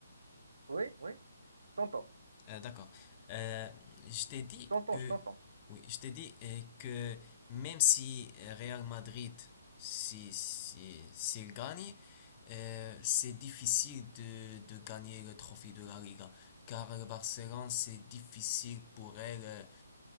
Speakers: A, on the right; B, on the left.
A: oui, oui, je t'entends.
B: Euh, d'accord. Euh, je t'ai dit
A: Je t'entends,
B: que,
A: je t'entends.
B: oui, je t'ai dit euh, que même si euh, Real Madrid, si, si, s'il gagne, euh, c'est difficile de, de gagner le trophée de la Liga, car le Barcelone, c'est difficile pour elle euh,